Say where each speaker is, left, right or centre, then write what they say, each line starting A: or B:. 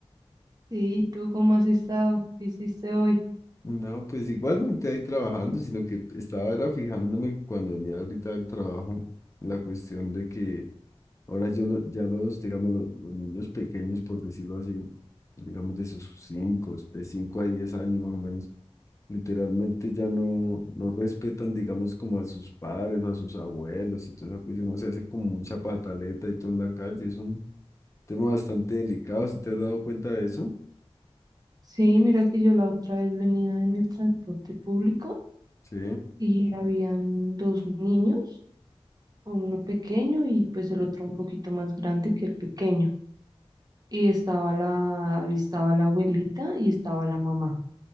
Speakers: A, on the right; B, on the left.
A: Sí, ¿y ¿tú cómo has estado? ¿Qué hiciste hoy?
B: No, pues igualmente ahí trabajando, sino que estaba era fijándome cuando venía ahorita del trabajo, la cuestión de que ahora yo lo- ya los, digamos, lo- los, niños pequeños, por decirlo así, digamos de sus cinco, de 5 a 10 años más o menos, Literalmente ya no, no respetan, digamos, como a sus padres, a sus abuelos y toda esa cuestión. O sea, hace como mucha pataleta y todo en la calle. Es un tema bastante delicado, si te has dado cuenta de eso?
A: Sí, mira que yo la otra vez venía en el transporte público
B: Sí,
A: y habían dos niños, uno pequeño y pues el otro un poquito más grande que el pequeño. Y estaba la, estaba la abuelita y estaba la mamá.